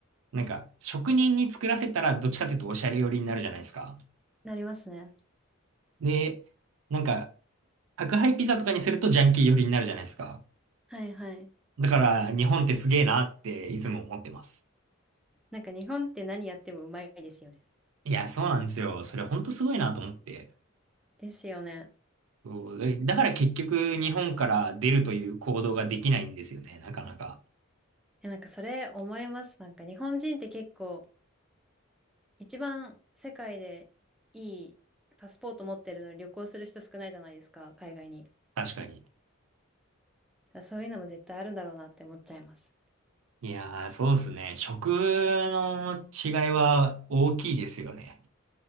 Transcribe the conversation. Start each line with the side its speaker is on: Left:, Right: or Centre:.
Right: なんか、職人に作らせたら、どっちかというと、おしゃれ寄りになるじゃないですか。
Centre: なりますね。
Right: で、なんか、宅配ピザとかにすると、ジャンキー寄りになるじゃないですか。
Centre: はいはい。
Right: だから、日本ってすげえなって、いつも思ってます。
Centre: なんか日本って何やってもうまいですよね。
Right: いや、そうなんですよ。それ、ほんとすごいなと思って。
Centre: ですよね。
Right: そうだだから結局、日本から出るという行動ができないんですよね、なかなか。
Centre: え、なんかそれ思います。なんか日本人って結構一番世界でいいパスポート持ってるのに旅行する人少ないじゃないですか、海外に。
Right: 確かに。
Centre: そういうのも絶対あるんだろうなって思っちゃいます。
Right: いやー、そうですね。食の違いは大きいですよね。